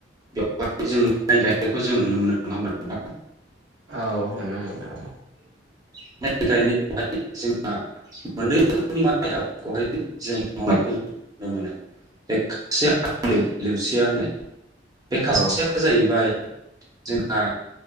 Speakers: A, on the right; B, on the right.
A: बेवहाय जों माइ गायनायखौ जों नुनो मोनो नङा होमबा नोंथां।
B: औ नुनो मोनो औ।
A: <unintelligible> मोनै रोखोमनि माइ आबादखौहाय जों मावनाय खौहाय जों नुनो मोनो। <unintelligible> लेवसिया होनाय बे खाथिया
B: औ
A: जाहैबाय जोंहा